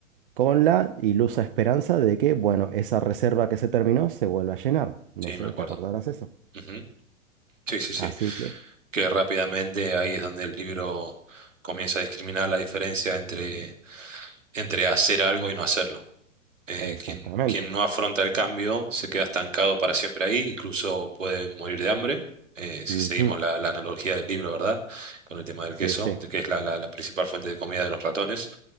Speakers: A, on the right (about 45°); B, on the right (about 70°).
A: con la ilusa esperanza de que, bueno, esa reserva que se terminó se vuelva a llenar. No
B: sí,
A: sé,
B: me acuerdo.
A: ¿te acordarás eso?
B: Ujú. Sí, sí, sí.
A: Así que,
B: Que rápidamente ahí es donde el libro comienza a discriminar la diferencia entre, entre hacer algo y no hacerlo. Eh,
A: exactamente.
B: quien, quien no afronta el cambio se queda estancado para siempre ahí, incluso puede morir de hambre. Eh, si
A: Ujú,
B: seguimos la, la analogía del libro, ¿verdad? Con el tema del
A: Sí,
B: queso,
A: sí.
B: de que es la, la la principal fuente de comida de los ratones